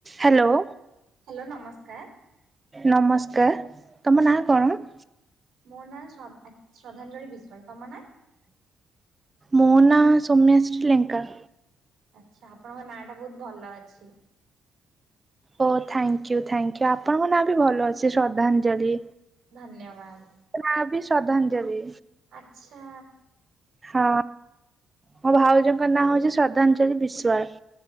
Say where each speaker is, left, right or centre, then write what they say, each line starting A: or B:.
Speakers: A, on the right; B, on the right.
A: Hello.
B: Hello ନମସ୍କାର।
A: ନମସ୍କାର ତମ ନାଁ କଣ?
B: ମୋ ନାଁ ଶ ଶ୍ରଦ୍ଧାଞ୍ଜଳି ବିଶ୍ୱାଳ ତମ ନାଁ?
A: ମୋ ନାଁ ସୌମ୍ୟାଶ୍ରୀ ଲଙ୍କା।
B: ଆଛା ଆପଣଙ୍କ ନାଁ ଟା ବହୁତ ଭଲ ଅଛି।
A: ଓ ଥ୍ୟାଙ୍କ ୟୁ ଠାକ୍ ୟୁ ଆପଣଙ୍କ ନାଁ ବି ଭଲ ଅଛି ଶ୍ରଦ୍ଧାଞ୍ଜଳି?
B: ଧନ୍ୟବାଦ।
A: ନା ବି ଶ୍ରଦ୍ଧାଞ୍ଜଳି।
B: ଆଛା।
A: ହଁ ମୋ ଭାଉଜଙ୍କ ନାଁ ହଉଛି ଶ୍ରଦ୍ଧାଞ୍ଜଳି ବିଶ୍ଵାଳ।